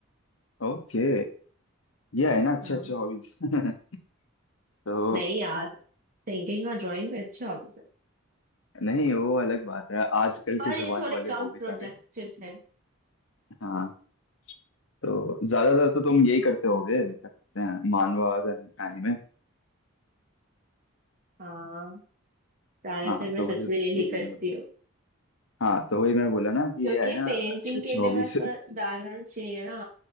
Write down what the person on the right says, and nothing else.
हाँ
नहीं यार सिंगिंग और ड्राइंग पे अच्छा हॉबी
पर
ये
थोड़े
कम
प्रोडक्टिव
है
हाँ ज्यादातर
मैं
सच
में यही
करती
हूँ
क्योंकि
पेंटिंग
के
लिए बस बैकग्राउंड चाहिए ना